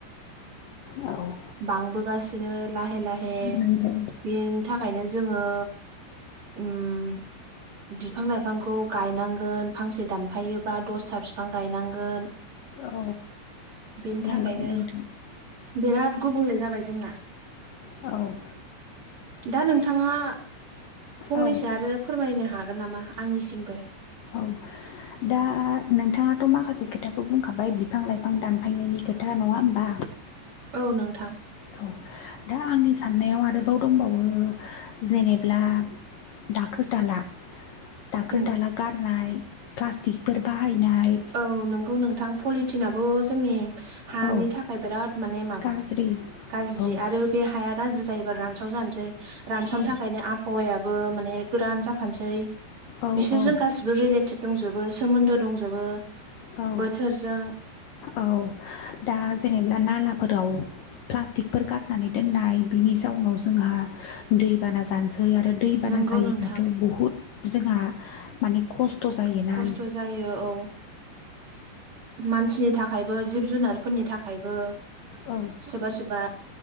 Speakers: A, on the left; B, on the right.
A: औ
B: बांबोगासिनो लाहे लाहे
A: नंगौ
B: बेनि थाखायनो जोङो उम बिफां लाइफांखौ गायनांगोन फांसे दानफायोबा दसथा बिफां गायनांगोन
A: औ
B: बेनि थाखायनो
A: नंगौ नोंथां
B: बिराद गुबुंले जाबाय जोंना
A: औ
B: दा नोंथाङा फंनैसो
A: औ
B: आरो फोरमायनो हागोन नामा आंनिसिमबो
A: औ दा नोंथाङाथ' माखासे खोथाखौ बुंखाबाय बिफां लाइफां दानफायनायनि खोथा नङा होमबा?
B: औ नोंथां।
A: औ दा आंनि साननायाव आरोबाव दंबावो जेनेब्ला दाखोर दाला दाखोर
B: उम
A: दाला गारनाय प्लास्टिकफोर बाहायनाय
B: औ नंगौ नोंथां पलिटिनाबो जोंनि हानि
A: औ
B: थाखाय बिराद माने माबा
A: गाज्रि
B: गाज्रि
A: औ
B: आरो बे हाया गाज्रि जायोबा रानसावजानोसै रानसावनो
A: औ
B: थाखायनो हौवायाबो माने गोरान जाफानोसै
A: औ
B: बिसोर जों गासिबो रिलेटेद दं जोबो सोमोन्दो दंजोबो
A: औ
B: बोथोरजों
A: औ दा जेनेब्ला नालाफोराव प्लास्टिकफोर गारनानै दोननाय बिनि जाउनाव जोंहा दैबाना जानो सै आरो दै बाना
B: नंगौ
A: जायोब्लाथ'
B: नोंथां
A: बुहुद जोंहा मानि खस्थ' थ'जायोना
B: खस्थ' जायो औ मानसिनि थाखायबो जिब जुनारफोरनि थाखायबो
A: औ
B: सोरबा सोरबा